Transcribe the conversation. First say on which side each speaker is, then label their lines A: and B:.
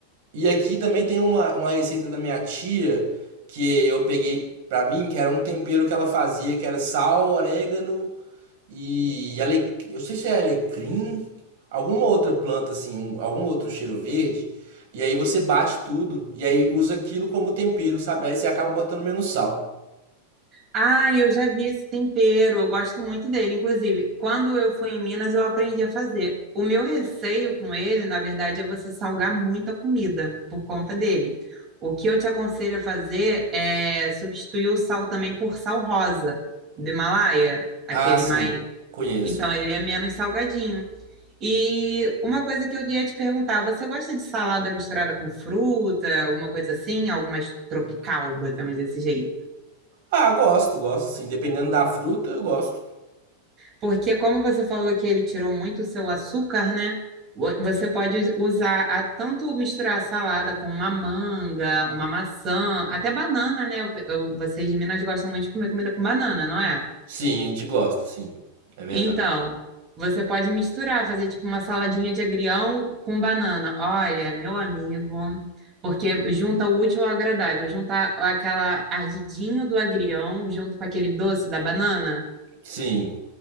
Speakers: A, on the right (about 65°); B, on the right (about 35°).
A: E aqui também tem uma, uma receita da minha tia que eu peguei pra mim, que era um tempero que ela fazia, que era sal, orégano e ale... eu sei se é alecrim, alguma outra planta assim, um- algum outro cheiro verde. E aí você bate tudo e aí usa aquilo como tempero, sabe? Aí você acaba botando menos sal.
B: Ah, eu já vi esse tempero, eu gosto muito dele. Inclusive, quando eu fui em Minas, eu aprendi a fazer. O meu receio com ele, na verdade, é você salgar muita comida por conta dele. O que eu te aconselho a fazer é substituir o sal também por sal rosa do Himalaia, aquele
A: Ah, sim,
B: mais.
A: conheço.
B: Então, ele é menos salgadinho. E uma coisa que eu ia te perguntar, você gosta de salada misturada com fruta, alguma coisa assim, algo mais tropical, botamos desse jeito?
A: Ah, gosto, gosto, sim. Dependendo da fruta, eu gosto.
B: Porque como você falou que ele tirou muito o seu açúcar, né? Vo- Você pode us- usar a- tanto misturar a salada com uma manga, uma maçã, até banana, né? Eu- eu- vocês de Minas gostam muito de comer comida com banana, não é?
A: Sim, a gente gosta, sim. É verdade.
B: Então, você pode misturar, fazer tipo uma saladinha de agrião com banana. Olha, meu amigo, porque junta o útil ao agradável, junta aquela ardidinho do agrião junto com aquele doce da banana.
A: Sim.